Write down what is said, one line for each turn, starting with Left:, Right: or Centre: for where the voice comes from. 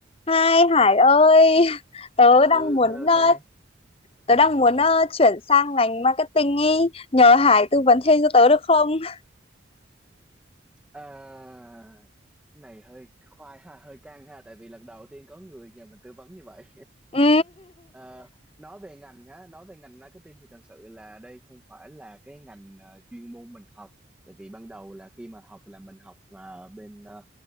Left: Hai Hải ơi, <laughs> tớ đang
Centre: Ừ,
Left: muốn
Centre: hello
Left: ờ,
Centre: Trang.
Left: tớ đang muốn ờ, chuyển sang ngành marketing ý, nhờ Hải tư vấn thêm cho tớ được không? <laughs>
Centre: À, cái này hơi khoai ha, hơi căng ha, tại vì lần đầu tiên có người nhờ mình tư vấn như vậy.
Left: Ừ.
Centre: Ờ, nói về ngành á, nói về ngành marketing thì thật sự là đây không phải là cái ngành ờ, chuyên môn mình học. Tại vì ban đầu là khi mà học là mình học ờ, bên ờ,